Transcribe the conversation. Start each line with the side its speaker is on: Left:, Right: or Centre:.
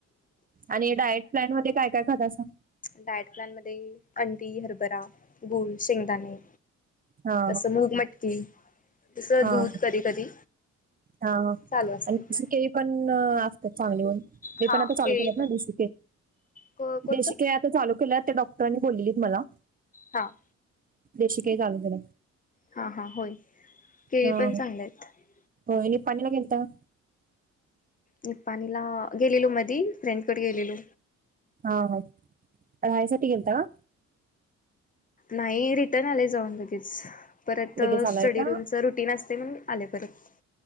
Right: आणि डाइट प्लॅन मध्ये काय काय खातासा?
Left: डाइट प्लॅन मध्ये अंडी, हरभरा, गूळ, शेंगदाणे
Right: हा
Left: तसं मूग, मटकी तसं
Right: हा
Left: दूध
Right: हा
Left: कधी-कधी
Right: हा हा
Left: चालू असते.
Right: आणि देशी
Left: <inaudible>
Right: केळी पण ना असते चांगले होय मी
Left: हा
Right: पण आता चालू
Left: केळी
Right: केल्यात
Left: पण
Right: ना देशी के
Left: को कोणतं
Right: देशी केली आ चालू केल्यावर ते डॉक्टरांनी बोल्लेलीत मला
Left: हां.
Right: देशी केली चालू करा.
Left: हां हां होय. केळी
Right: हा हा
Left: पण चांगले आहेत
Right: वहिनी पाणीला गेलता.
Left: मी पाणीला गेलेलो मधी फ्रेंडकडे गेलेलो.
Right: हा हा रहायसाठी गेलता?
Left: नाही रिटर्न आले जाऊन लगेच परत
Right: लगेच आलाय
Left: स्टडी
Right: का
Left: रूमचा रू टीन असते म्हणून आले परत.